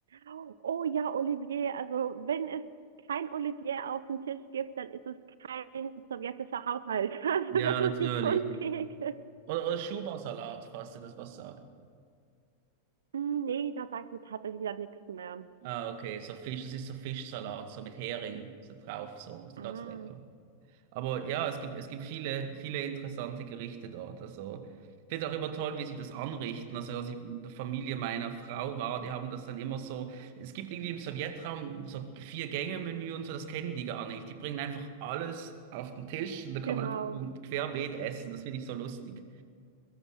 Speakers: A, on the right; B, on the right.
A: Oh oh ja, Olivier. Also wenn es kein Olivier auf dem Tisch gibt, dann ist es kein sowjetischer Haushalt. <laughs> Also
B: Ja,
A: das
B: natürlich.
A: ist die Grundregel.
B: Oder, oder Schubersalat, falls dir das was sagt.
A: Hm, Nee, da sagt mir tatsächlich wieder nichts mehr.
B: Ah, okay, so Fisch, das ist so Fischsalat, so mit Hering so drauf, so, so
A: Ah,
B: ganz lecker. Aber ja, es gibt, es gibt viele, viele interessante Gerichte dort. Also, ich finde auch immer toll, wie sie das anrichten. Also, als ich in der Familie meiner Frau war, die haben das dann immer so. Es gibt irgendwie im Sowjetraum so Vier-Gänge-Menü und so, das kennen die gar nicht. Die bringen einfach alles auf den Tisch und da kann
A: genau.
B: man einfach querbeet essen. Das finde ich so lustig.